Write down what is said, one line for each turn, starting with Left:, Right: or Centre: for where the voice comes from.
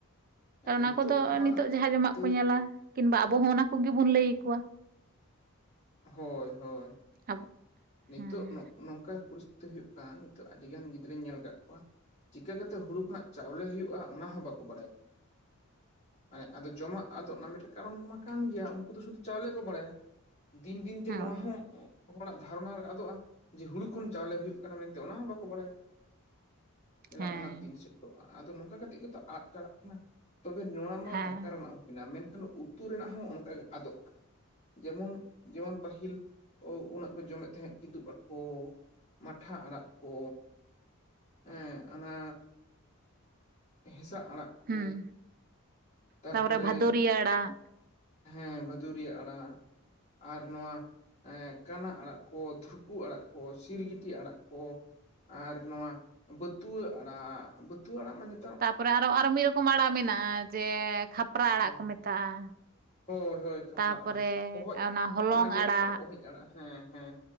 Left: ᱦᱮᱸ
Right: ᱚᱱᱟ
Left: ᱱᱤᱛᱚᱜ
Right: ᱠᱚᱫᱚ
Left: ᱢᱟ
Right: ᱱᱤᱛᱚᱜ ᱡᱟᱦᱟᱸ ᱡᱚᱢᱟᱜ
Left: ᱜᱤᱫᱟᱹᱨ
Right: ᱠᱚ ᱧᱮᱞᱟ ᱠᱤᱢᱵᱟ ᱟᱵᱚ ᱦᱚᱸ ᱚᱱᱟ ᱠᱚᱜᱮ ᱵᱚᱱ ᱞᱟᱹᱭ ᱟᱠᱚᱣᱟ
Left: ᱦᱳᱭ ᱦᱳᱭ
Right: ᱟᱵᱚ
Left: ᱱᱤᱛᱚᱜ
Right: ᱦᱮᱸ
Left: ᱱᱚᱝᱠᱟ ᱯᱚᱨᱤᱥᱛᱤᱛᱤ ᱦᱩᱭᱩᱜ ᱠᱟᱱᱟ ᱱᱤᱛᱚᱜ ᱟᱹᱰᱤ ᱜᱟᱱ ᱜᱤᱫᱽᱨᱟᱹᱧ ᱧᱮᱞ ᱟᱠᱟᱫ ᱠᱚᱣᱟ ᱪᱤᱠᱟᱹ ᱠᱟᱛᱮᱫ ᱦᱩᱲᱩ ᱠᱷᱚᱱᱟᱜ ᱪᱟᱣᱞᱮ ᱦᱩᱭᱩᱜᱭᱳᱜᱼᱟ ᱚᱱᱟ ᱦᱚᱸᱵᱟᱠᱚ ᱵᱟᱲᱟᱭᱟ ᱢᱟᱱᱮ ᱟᱫᱚ ᱡᱚᱢᱟᱜ ᱟᱫᱚ ᱚᱱᱟ ᱢᱤᱫᱴᱮᱱ ᱠᱟᱨᱚᱱ ᱢᱟ ᱠᱟᱱ ᱜᱮᱭᱟ ᱩᱱᱠᱩ ᱫᱚ ᱥᱩᱫᱩ ᱪᱟᱣᱞᱮ ᱠᱚ ᱵᱟᱲᱟᱭᱟ ᱫᱤᱱ ᱫᱤᱱ ᱛᱮ
Right: ᱦᱳᱭ
Left: ᱱᱚᱣᱟ ᱦᱚᱸ ᱦᱚᱲᱟᱜ ᱫᱷᱟᱨᱚᱱᱟ ᱨᱮ ᱟᱫᱚᱜᱼᱟ ᱡᱮ ᱦᱩᱲᱩ ᱠᱷᱚᱱ ᱪᱟᱣᱞᱮ ᱦᱩᱭᱩᱜ ᱠᱟᱱᱟ ᱢᱮᱱᱛᱮ ᱚᱱᱟ ᱦᱚᱸ ᱵᱟᱠᱚ ᱵᱟᱲᱟᱭᱟ ᱧᱮᱞᱟᱢ
Right: ᱦᱮᱸ
Left: ᱚᱱᱟ ᱫᱤᱱ ᱥᱮᱴᱮᱨᱚᱜᱼᱟ ᱟᱫᱚ ᱱᱚᱝᱠᱟ ᱠᱟᱛᱮ ᱜᱮᱛᱚ ᱟᱫ ᱪᱟᱞᱟᱜ ᱠᱟᱱᱟ ᱛᱚᱵᱮ ᱱᱚᱣᱟ ᱢᱟ
Right: ᱦᱮᱸ
Left: ᱫᱟᱠᱟ ᱨᱮᱱᱟᱜ ᱦᱩᱭᱱᱟ ᱢᱮᱱᱠᱷᱟᱱ ᱩᱛᱩ ᱨᱮᱱᱟᱜ ᱦᱚᱸ ᱚᱱᱠᱟ ᱜᱮ ᱟᱫᱚᱜ ᱠᱟᱱᱟ ᱡᱮᱢᱚᱱ ᱡᱮᱢᱚᱱ ᱯᱟᱹᱦᱤᱞ ᱩᱱᱟᱹᱜ ᱠᱚ ᱡᱚᱢᱮᱫ ᱛᱟᱦᱮᱸᱜ ᱠᱤᱫᱩᱵ ᱟᱠᱚ ᱢᱟᱴᱷᱟ ᱟᱲᱟᱜ ᱠᱚ ᱦᱮᱸ ᱚᱱᱟ ᱦᱮᱸᱥᱟᱜ ᱟᱲᱟᱜ ᱠᱚ
Right: ᱦᱩᱸ
Left: ᱛᱟᱨᱯᱚᱨᱮ
Right: ᱛᱟᱯᱚᱨᱮ ᱵᱷᱟᱫᱩᱨᱤᱭᱟᱹ ᱟᱲᱟᱜ
Left: ᱦᱮᱸ ᱵᱷᱟᱫᱩᱨᱤᱭᱟᱹ ᱟᱲᱟᱜ ᱟᱨ ᱱᱚᱣᱟ ᱮᱸᱜ ᱠᱟᱱᱟ ᱟᱲᱟᱜ ᱠᱚ ᱛᱷᱩᱨᱯᱩ ᱟᱲᱟᱜ ᱠᱚ ᱥᱤᱨᱜᱤᱴᱤ ᱟᱲᱟᱜ ᱠᱚ ᱟᱨ ᱱᱚᱣᱟ ᱵᱟᱹᱛᱩᱣᱟᱹ ᱟᱲᱟᱜ ᱵᱟᱹᱛᱩᱣᱟᱹ ᱟᱲᱟᱜ ᱢᱟᱱᱮ
Right: ᱛᱟᱨᱯᱚᱨᱮ ᱟᱨᱚ ᱟᱨ ᱢᱤᱫ ᱨᱚᱠᱚᱢ ᱟᱲᱟᱜ ᱢᱮᱱᱟᱜᱼᱟ ᱡᱮ ᱠᱷᱟᱯᱨᱟ ᱟᱲᱟᱜ
Left: ᱦᱮᱸ
Right: ᱠᱚ ᱢᱮᱛᱟᱜᱼᱟ
Left: ᱦᱳᱭ ᱦᱳᱭ ᱠᱷᱟᱯᱨᱟ
Right: ᱛᱟᱯᱚᱨᱮ
Left: ᱟᱲᱟᱜ ᱚᱦᱚᱡ
Right: ᱚᱱᱟ
Left: ᱟᱲᱟᱜ
Right: ᱦᱚᱞᱚᱝ
Left: ᱚᱱᱟᱜᱮ
Right: ᱟᱲᱟᱜ
Left: ᱚᱦᱚᱡ ᱟᱲᱟᱜ ᱦᱮᱸ ᱦᱮᱸ